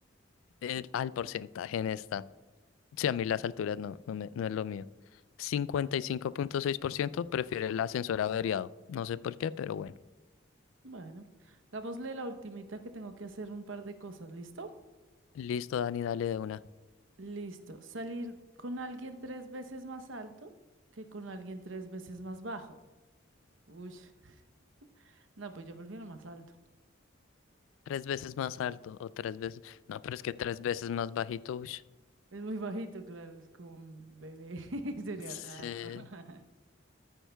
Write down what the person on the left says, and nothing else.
El- al porcentaje en esta. Sí, a mí las alturas no, no, me, no es lo mío. cincuenta y cinco punto seis por ciento prefiere el ascensor averiado. No sé por qué, pero bueno.
Listo, Dani, dale de una.
Tres veces más alto o tres veces. No, pero es que tres veces más bajito, uy.
Sí,